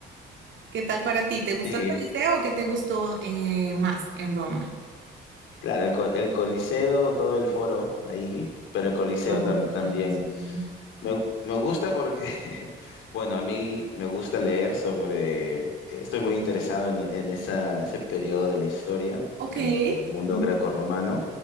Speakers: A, on the right (about 70°); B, on the left (about 85°).
A: ¿Qué tal para ti? ¿Te gustó
B: Sí,
A: el Coliseo o qué te gustó eh, más en Roma?
B: claro, el, co- el Coliseo, todo el foro ahí, pero el Coliseo
A: Los romanos,
B: tam- también
A: sí.
B: me, me gusta porque, <laughs> bueno, a mí me gusta leer sobre, estoy muy interesado en, en esa, ese periodo de la historia,
A: Ok.
B: eh, mundo
A: Ujú,
B: greco-romano,